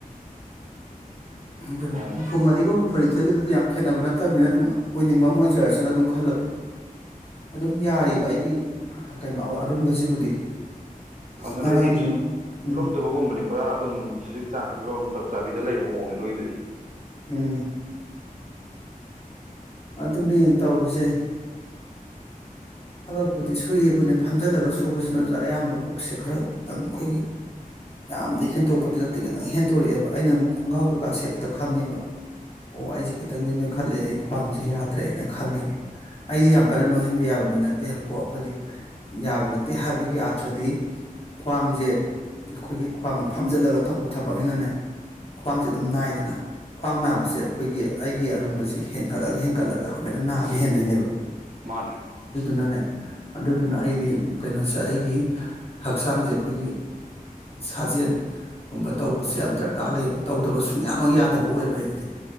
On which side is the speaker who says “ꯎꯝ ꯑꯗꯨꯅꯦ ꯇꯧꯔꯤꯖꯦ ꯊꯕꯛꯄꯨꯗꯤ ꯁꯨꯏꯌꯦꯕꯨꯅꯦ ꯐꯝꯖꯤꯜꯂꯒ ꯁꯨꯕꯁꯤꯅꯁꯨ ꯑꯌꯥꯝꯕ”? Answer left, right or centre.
Left